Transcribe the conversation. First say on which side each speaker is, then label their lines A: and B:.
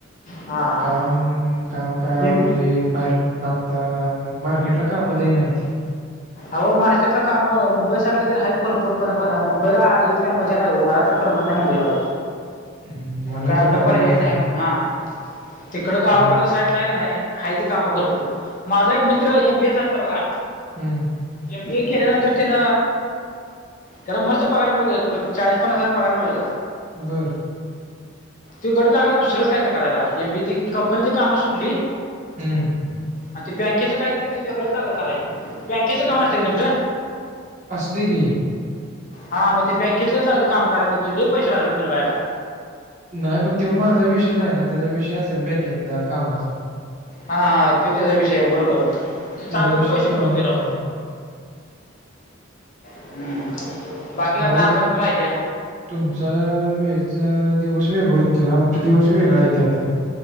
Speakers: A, on the left; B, on the right.
A: हां हां
B: काम, काम काय आओ
A: एम
B: लई बाहेर बघ आता मार्केटला काम लई नाहीती.
A: आहो मार्केटला कामं मुंबई साइडला तर आहेत भरपूर, पण मुंबईला येऊन काय मजा नाही हो, मला तर करमत नाही मुंबईला आहो.
B: <inaudible> म्हणून
A: काय आपला
B: तर मला
A: पर्याय
B: याचं
A: नाही म्हणून हा. तिकड गावाकड
B: नाही.
A: साई इतला कणी हायती काम भरपूर, माझा एक मित्र एमबीए झालता बघा.
B: हम्म.
A: एम बी ए केल्यानंतर त्यान. त्याला मस्त पगार मिळत, चाळीस पन्नास हजार पगार मिळत होता.
B: बरं.
A: तो गडी लागला दुसरंच काहीतरी करायला, एम बी ए ची कंपनीतली कामं सोडली.
B: हं.
A: आणि ते बँकेचं काय तर ते वेगळंच लागल करायला. बँकेचं काम असतं काय तुमचं.
B: आसतयं की.
A: हा मग ते बँकेतलंच लागलं काम करायला, पण ते लै पैसे लागल की मिळवायला आता.
B: नाही. पण तो माझा विषय नाही ना, त्यांचा विषय असेल बँकेतल्या कामाचा.
A: हा हा ते त्याचा विषय बरोबर. ते
B: त्याला
A: चांगलंच
B: विषय
A: पैसे
B: ठेवावा
A: मिळवते
B: लागतोय.
A: राव. हम्म. बाकी
B: अहो
A: आता काय अर्धा मिनटं राहिल्या.
B: तुमचा वेळचा दिवस वेगळं होतं, आमचा दिवस वेगळा हायती आता.